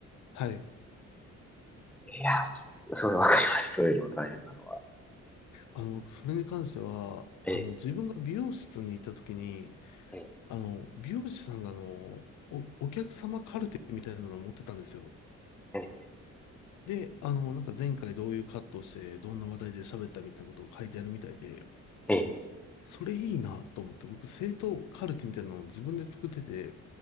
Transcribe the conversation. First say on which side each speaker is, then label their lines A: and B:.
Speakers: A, on the left (about 75°); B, in the centre.
A: はい。
B: いや、すすごいわかります。そういうのも大変なのは。
A: あの、僕、それに関しては、
B: ええ、
A: あの、自分が美容室に行った時に、
B: ええ、
A: あの、美容師さんがあの、お、お客様カルテみたいなのを持ってたんですよ。
B: え
A: で、あの、なんか前回どういうカットをして、どんな話題で喋ったみたいなことを書いてあるみたいで、
B: え、ええ、
A: それいいなと思って、僕、生徒カルテみたいなのを自分で作ってて、